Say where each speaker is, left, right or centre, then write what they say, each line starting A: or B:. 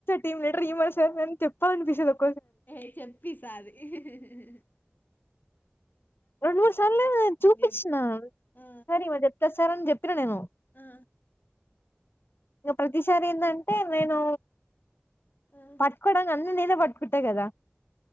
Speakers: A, on the left; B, on the left.
A: <inaudible>
B: ఏ చెప్పిసది హీహీహే
A: రెండు మూడు సార్లు చూపించిన
B: చెప్పు ఆ
A: సార్ ఈమచెప్తాది సార్ అని చెప్పినా నేను
B: ఆ
A: ఇంక ప్రతిసారి ఏంటంటే నేను
B: ఆ
A: పట్టుకోవడానికి అన్ని నద పట్టుకుంట అంతే కదా